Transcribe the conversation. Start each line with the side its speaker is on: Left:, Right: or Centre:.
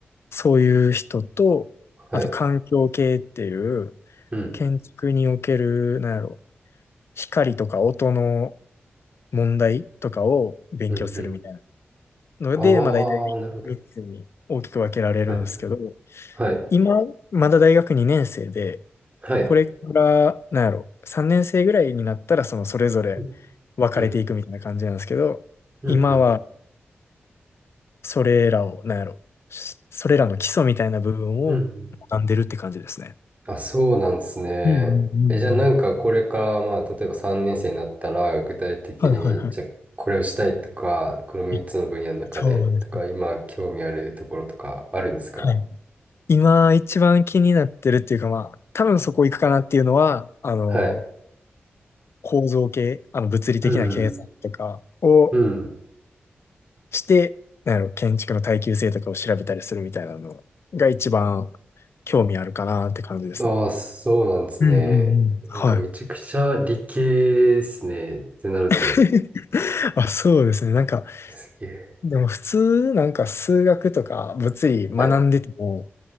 Left: そういう人と、
Right: はい。
Left: あと環境系っていう、
Right: うん。
Left: 建築における、なんやろ、光とか音の問題とかを勉強するみたいな
Right: うん。うん。
Left: ので、
Right: ああ、
Left: まあ大体3つに大きく分けられるんですけど、
Right: なるほど。はい。はい。はい。
Left: 今、まだ大学2年生で、
Right: はい。
Left: これから、なんやろ、3年生ぐらいになったら、その、それぞれ
Right: うん。
Left: 分かれていくみたいな感じなんですけど、
Right: うん。うん。
Left: 今は、
Right: うん。
Left: それらを、なんやろ、しそれらの基礎みたいな部分を学んでるって感じですね。
Right: うんうんあ、そうなんですね。
Left: うんうんうんうん。
Right: え、じゃあなんかこれから、まあ、例えば3年生になったら、具体的に、
Left: はいはいは
Right: じゃあこれをしたいとか、この3つの分野の中で、
Left: い。えそうですね。
Right: とか、今興味あるところとかあるんですか
Left: はい。今一番気になってるっていうかまあ、多分そこ行くかなっていうのは、あの、
Right: はい。
Left: 構造系、あの物理的な計算とかを
Right: うん。うん。
Left: して、あの、建築の耐久性とかを調べたりするみたいなのが一番興味あるかなって感じですね。
Right: ああ、そうなんですね。
Left: うんうんうん。はい。
Right: なんかめちゃくちゃ理系ですね。ってなると。
Left: <laughs> あ、そうですね。なんか、
Right: すげえ。
Left: でも普通、なんか数学とか物理学んでても、
Right: はい。